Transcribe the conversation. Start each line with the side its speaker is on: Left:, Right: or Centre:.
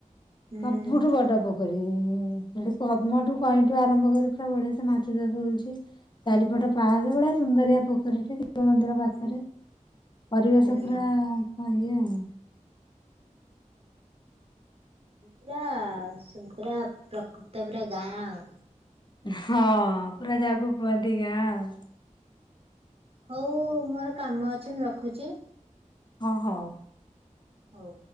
Right: ହୁଁ।
Left: ସବୁଠୁ ବଡ ପୋଖରୀ ସେଠି ପଦ୍ମଠୁ କଁଇଠୁ ଆରମ୍ଭ କରି ପୁରା ବଢିଆ ସେ ମାଛ ଚାଷ ହଉଛି, ଚାରିପଟ ପାହାଚ ଵଢିଆ ସୁନ୍ଦରିଆ ପୋଖରୀଟେ। ଶିବ ମନ୍ଦିର
Right: ହୁଁ
Left: ପାଖରେ, ପରିବେଶ
Right: ହୁଁ।
Left: ପୁରା ଇଏ ଆଉ।
Right: ପୁରା ସୁ ପୁରା ପ୍ରକୃତ ପୁରା ଗାଁ ଆଉ।
Left: ହଁ ପୁରା ଜାକୁ କୁହନ୍ତି ଗାଁ ଆଉ।
Right: ହଉ ମୋର କାମ ଅଛି ମୁଁ ରଖୁଛି?
Left: ହଁ ହଉ।
Right: ହଉ।